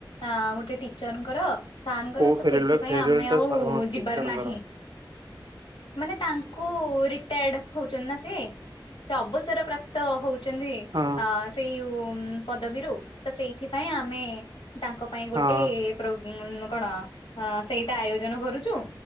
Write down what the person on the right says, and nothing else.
କୋଉ ଫେରୱେଲ
ଫେରୱେଲ
ତ
ଟିଚରଙ୍କର
ହଁ
ହଁ।